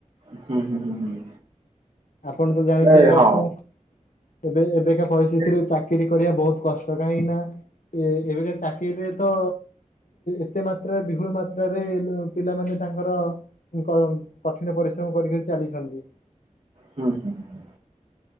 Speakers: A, on the right; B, on the left.
A: ହୁଁ- ହୁଁ -ହୁଁ -ହୁଁ
B: ଆପଣତ ଜାଣିଥିବେ
A: ନାଇଁ
B: ଆକୁ
A: ହଁ
B: ତେବେ ଏବେକା ପରିସ୍ଥିତିରେ
A: ହୁଁ
B: ଚାକିରିୀ କରିବା ବହୁତ କଷ୍ ତେବେ ଏଇନା ଏବେକା ଚାକିରିରେ ତ ଏତେ ମାତ୍ରା ବିପୁଳ ମାତ୍ରାରେ ପିଲାମାନେ ତାଙ୍କର କ -କଠିନ ପରିଶ୍ରମ କରି- କରି ଚାଲିଛନ୍ତି।
A: ହୁଁ -ହୁଁ- ହୁଁ